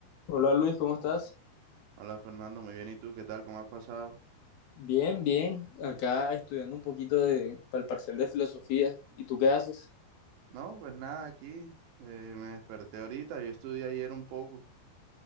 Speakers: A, on the left; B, on the right.
A: Hola Luis, ¿cómo estás?
B: Hola Fernando, muy bien. ¿Y tú qué tal? ¿Cómo has pasado?
A: Bien, bien. Acá estudiando un poquito de, para el parcial de filosofía. ¿Y tú qué haces?
B: No, pues nada, aquí eh, me desperté ahorita. Yo estudié ayer un poco.